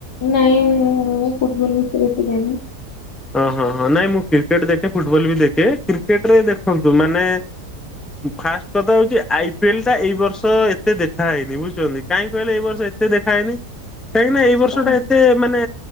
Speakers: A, on the left; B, in the centre.
A: ନାଇଁ ମୁଁ ଫୁଟବଲ ବିଷରେ କଏତେ ଜାଣିନି।
B: ହଁ ହଁ ହଁ ନାଇଁ ମୁଁ କ୍ରିକେଟ ଦେଖେ ଫୁଟବଲ ବି ଦେଖେ କ୍ରିକେଟ ରେ ଦେଖନ୍ତୁ ମାନେ ଫାଷ୍ଟ କଥା ହଉଛି ଆଇ ପି ଏଲ ଟା ଏଇର୍ଷ ଏତେ ଦେଖା ହେଇନି ବୁଝିଛନ୍ତି କାହିଁକି କହିଲେ ଏଇ ବର୍ଷ ଏତ ତେ ଦେଖାହେଇନି କାହିଁକି ନା ଏଇ ଇ ବର୍ଷଟା
A: କାଇଁ
B: ଏତେ ମାନେ